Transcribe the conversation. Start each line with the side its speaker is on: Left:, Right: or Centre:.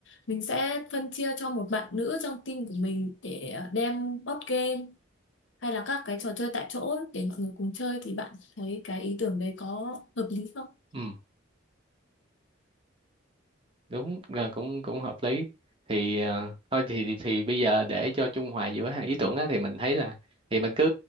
Left: mình sẽ phân chia cho một bạn nữ trong team của mình để ờ, đem board game hay là các cái trò chơi tại chỗ để mọi người cùng chơi thì bạn thấy cái ý tưởng đấy có hợp lý không?
Right: ừ đúng à, cũng cũng hợp lý thì à, thôi thì thì thì bây giờ để cho trung hòa giữa hai ý tưởng á, thì mình thấy là thì mình cứ